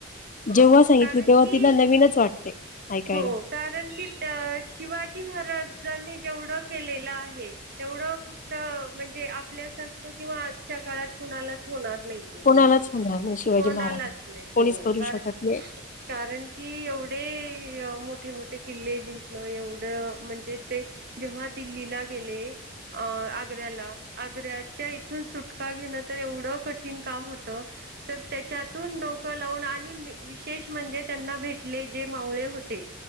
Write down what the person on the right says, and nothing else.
म
कारण
की
हो कारण की त अ शिवाजी महाराजांनी जेवढं केलेलं आहे तेवढं द म्हणजे आपल्यासारखं किंवा आजच्या काळात कुणालाच होणार नाही. येती
गोष्टी
कोनालाच
नाही हो.
कारण
कारण की एवढे मोठे मोठे किल्ले जिंकणं एवढं म्हणजे ते जेव्हा दिल्लीला गेले. अ आग्र्याला आग्र्याच्या इथून सुटका घेणं तर एवढं कठीण काम होतं. तर त्याच्यातून डोकं लावून आत मी मी विशेष म्हणजे त्यांना भेटले जे मावळे होते